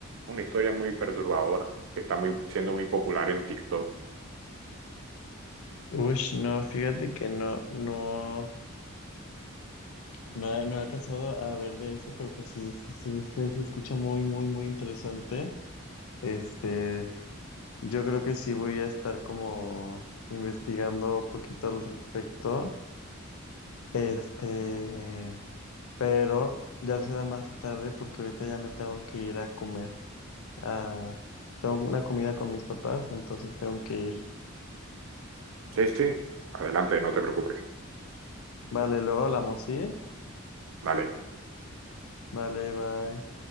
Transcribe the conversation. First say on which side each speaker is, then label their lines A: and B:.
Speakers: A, on the right; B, on the left.
A: una historia muy perturbadora que está muy, siendo muy popular en TikTok.
B: Ush, no, fíjate que no, no. No, he- no he alcanzado a ver de eso, pero pues sí, sí, sí, sí, se escucha muy, muy, muy interesante. Este, yo creo que sí voy a estar como investigando un poquito al respecto. Este, pero ya será más tarde porque ahorita ya me tengo que ir a comer. Ah, tengo una comida con mis papás, entonces tengo que ir.
A: Sí, sí, adelante, no te preocupes.
B: Vale, luego hablamos, ¿sí?
A: Dale.
B: Vale, bye.